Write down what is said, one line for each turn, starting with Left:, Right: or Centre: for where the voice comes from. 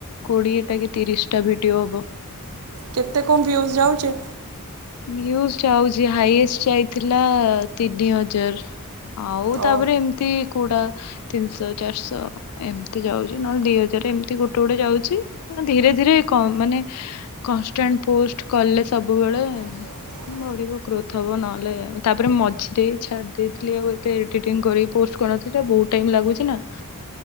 Left: କୋଡିଏ ଟା କି ତିରିଶ ଟା ଭିଡିଓ ହବ।
Right: କେତେ କଣ ଭ୍ୟୁଜ ଯାଉଚି?
Left: ଭିୟୁଜ ଯାଉଚି ହାଇଏଷ୍ଟ ଯାଇଥିଲା ତିନି ହଜାର। ଆଉ
Right: ଓ
Left: ତାପରେ ଏମିତି କଉଟା ତିନିଶହ ଚାରିଶହ ଏମିତି ଯାଉଚି। ନହେଲେ ଦି ହଜାର ଏମିତି ଗୋଟେ ଗୋଟେ ଯାଉଚି। ଧୀରେ ଧୀରେ କ ମାନେ କନଷ୍ଟାଣ୍ଟ ପୋଷ୍ଟ କଲେ ସବୁବେଳେ
Right: ହ
Left: ବଢିବ ଗ୍ରୋଥ ହବ। ନହେଲେ ତାପରେ ମଝିରେ ଛାଡି ଦେଇଥିଲି। ଆଉ ଏତେ ଏଡିଟିଂ କରିକି ପୋଷ୍ଟ କରିନଥିଲି। ବହୁତ ଟାଇମ ଲାଗୁଛି ନା